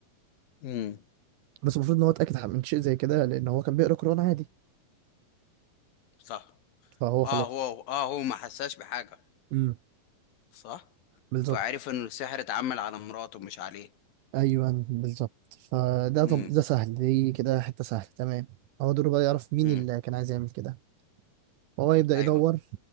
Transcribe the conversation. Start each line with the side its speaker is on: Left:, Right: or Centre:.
Left: مم.
Right: بس المفروض ان هو اتاكد من شيء زي كده لان هو كان بيقرا قران عادي
Left: صح
Right: فهو
Left: اه
Right: خلاص
Left: هو اه هو ما حساش بحاجة
Right: امم
Left: صح
Right: بالظبط
Left: فعرف ان السحر اتعمل على مراته مش عليه
Right: ايوه بالظبط فده
Left: امم
Right: طب ده سهل دي كده حته سهله تمام هو دوره بقى يعرف مين
Left: امم
Right: اللي كان عايز يعمل كده فهو يبدا
Left: ايوه
Right: يدور